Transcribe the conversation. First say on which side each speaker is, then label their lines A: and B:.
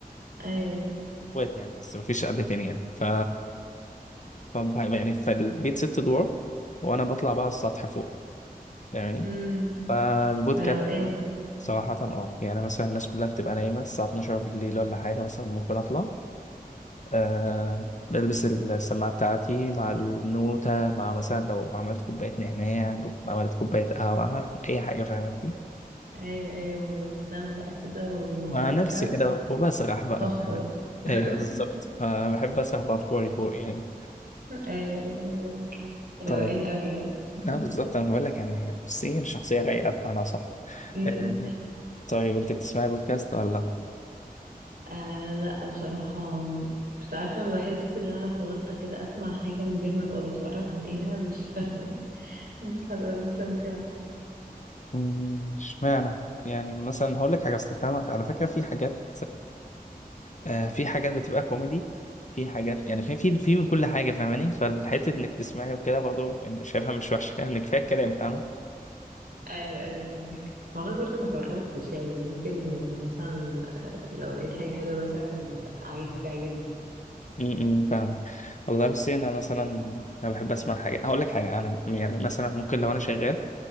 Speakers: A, on the right (about 85°); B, on the left (about 50°).
A: ايوه ايوه
B: اخوات يعني بس مفيش حد تاني يعني ف... ف يعني فالبيت ست ادوار وانا بطلع بقى السطح فوق يعني
A: امم
B: فالبودكاست
A: فروقان
B: بقى
A: بقى
B: صراحة اه يعني مثلا الناس كلها بتبقى نايمة الساعة 12 بالليل ولا حاجة مثلا ممكن اطلع أه بلبس السماعة بتاعتي مع النوتة مع مثلا لو عملت كوباية نعناع عملت كوباية قهوة أي حاجة فاهم انت
A: ايوه ايوه والسما بقى كده والبودكاست
B: مع نفسي كده وبسرح بقى
A: تحفة
B: يعني
A: بقى <laughs>
B: ايه بالظبط فبحب اسرح بافكاري فوق يعني
A: ايوه أيوة. روقان
B: طيب
A: قوي يعني <laughs>
B: لا بالظبط انا بقول لك يعني بصي انا شخصيه رايقه بمعنى صح
A: أمم.
B: إيه. طيب انت بتسمعي بودكاست ولا
A: آه لا بصراحة مش عارفة بحس ان انا لو فضلت كده اسمع حاجة من غير ما ابقى بتفرج عليها مش <laughs> مش هبقى مستمتعة
B: مم، اشمعنى يعني مثلا هقول لك حاجه اصل فاهمه على فكره في حاجات آه، في حاجات بتبقى كوميدي في حاجات يعني في في في من كل حاجه فاهماني فالحته انك تسمعي وكده برضه يعني شايفها مش وحشه يعني كفايه الكلام فاهمه
A: ايوه ايوه فاهمك هو انا برضه ما جربتش يعني يمكن لما مثلا آه، لو لقيت حاجه حلوه مثلا عادي تعجبني
B: امم فاهم والله بصي انا مثلا انا بحب اسمع حاجه هقول لك حاجه انا يعني مثلا ممكن لو انا شغال